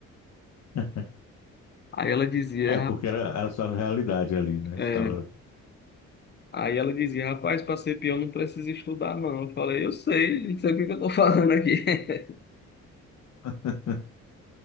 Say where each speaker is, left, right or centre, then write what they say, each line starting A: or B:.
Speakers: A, on the left (about 60°); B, on the left (about 35°).
A: <laughs>
B: Aí ela dizia,
A: É,
B: "Ra-
A: porque era a sua realidade ali, né?
B: é,
A: Você estava.
B: aí ela dizia, rapaz, para ser peão não precisa estudar, não. Eu falei, eu sei, não sei o que que eu tô falando aqui. <laughs>
A: <laughs>